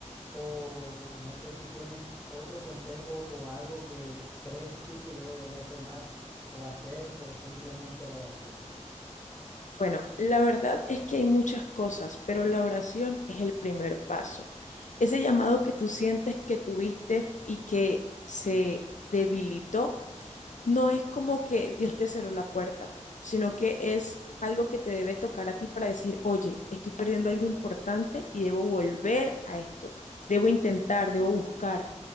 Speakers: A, on the left; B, on the left.
A: o no sé si tienes otro consejo o algo que crees tú que yo debería tomar o hacer o simplemente la oración.
B: Bueno, la verdad es que hay muchas cosas, pero la oración es el primer paso. Ese llamado que tú sientes que tuviste y que se debilitó, no es como que Dios te cerró la puerta, sino que es algo que te debe tocar a ti para decir, oye, estoy perdiendo algo importante y debo volver a esto, debo intentar, debo buscar.